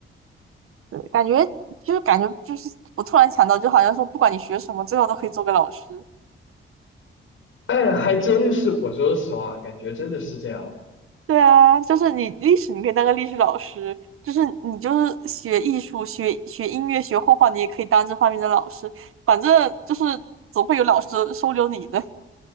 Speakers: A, on the right; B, on the left.
A: 对，感觉就是感觉就是，我突然想到，就好像说，不管你学什么，最后都可以做个老师。
B: <coughs> 哎，还真是，我说实话，感觉真的是这样。
A: 对啊，就是你历史，你可以当个历史老师；就是你就是学艺术、学学音乐、学画画，你也可以当这方面的老师。反正就是总会有老师收留你的，